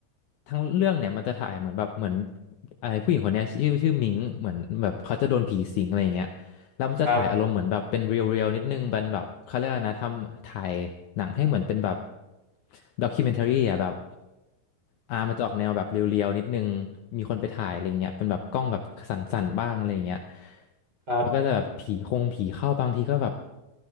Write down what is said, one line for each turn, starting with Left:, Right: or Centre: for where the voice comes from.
Left: ทั้งเรื่องเนี่ยมันจะถ่ายเหมือนแบบเหมือนไอ้ผู้หญิงคนเนี้ยชื่อชื่อมิงเหมือนแบบเขาจะโดนผีสิงอะไรอย่างเงี้ย แล้วมันจะถ่ายอารมณ์เหมือนแบบเป็นเรียลเรียลนิดนึงเป็นแบบเขาเรียกอะไรนะทำถ่ายหนังให้เหมือนเป็นแบบ
Right: ครับ
Left: ด็อกิเมนทารีอ่ะแบบอ่ามันจะออกแนวแบบเรียลเรียลนิดนึงมีคนไปถ่ายอะไรเงี้ยเป็นแบบกล้องแบบสั่นๆบ้างอะไรเงี้ย
Right: ครับ
Left: มันก็จะแบบผีคงผีเข้าบางทีก็แบบ